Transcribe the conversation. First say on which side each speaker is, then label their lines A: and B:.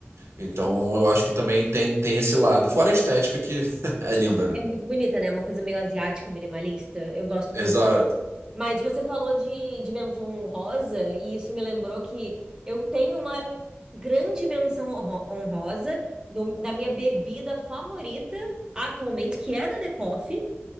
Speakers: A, on the right; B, on the right.
A: Então eu acho que também tem, tem esse lado. Fora a estética que <laughs> é linda, né?
B: é muito bonita, né? é Uma coisa meio asiática, minimalista. Eu gosto
A: Exato.
B: muito. Mas você falou de, de menção honrosa, e isso me lembrou que eu tenho uma grande menção honro- honrosa do- da minha bebida favorita atualmente, que é da The Coffee,